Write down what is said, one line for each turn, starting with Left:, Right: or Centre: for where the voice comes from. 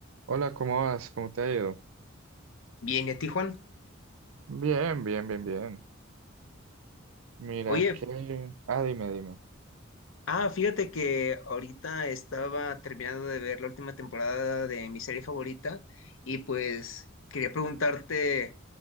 Right: Hola, ¿cómo vas? ¿Cómo te ha ido?
Left: Bien, ¿y a ti, Juan?
Right: Bien, bien, bien, bien. Mira
Left: Oye,
Right: que... Ah, dime, dime.
Left: ah, fíjate que ahorita estaba terminando de ver la última temporada de mi serie favorita y pues quería preguntarte,